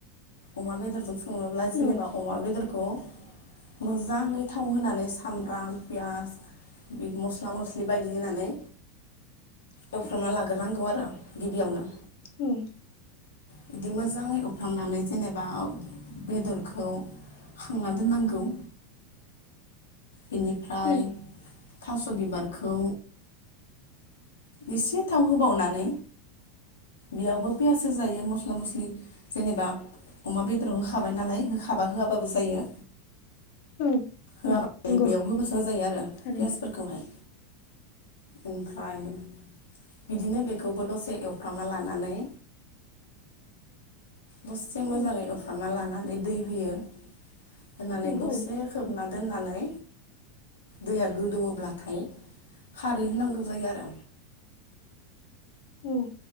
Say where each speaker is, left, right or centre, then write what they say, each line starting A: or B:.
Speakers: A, on the left; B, on the left.
A: अमा बेदरजों सङोब्ला जेनेबा
B: औ
A: अमा बेदरखौ मोजाङै थाव होनानै सामब्राम पियास मिद मस्ला मस्लि बायदि होनानै
B: <inaudible>
A: एवफ्रामना लागोर नांगौ आरो गिबियावनो।
B: उम।
A: बिदि मोजाङै एवफ्रामनानै जेनेबा बेदरखौ खांना दोननांगौ। बिनिफ्राय
B: औ
A: थास' बिबारखौ एसे थाव होबावनानै बेयावबो पियास होजायो मस्ला मस्लि जेनेबा अमा बेदराव होखाबाय नालाय होखाबा होआबाबो जा जायो।
B: औ
A: होआबा
B: उम नंगौ
A: बेयाव होबासो होजायो आरो
B: थारैनो
A: पियासफोरखौहाय। ओमफ्राय बिदिनो बेखौबो दसे एवफ्रामना लानानै दसे मोजाङै
B: औ
A: एवफ्रामना लानानै दै होयो होनानै
B: औ
A: दसे
B: औ
A: खोबना दोननानै दैया गोदौवोब्लाथाय खारै होनांगौ जायो आरो।
B: उम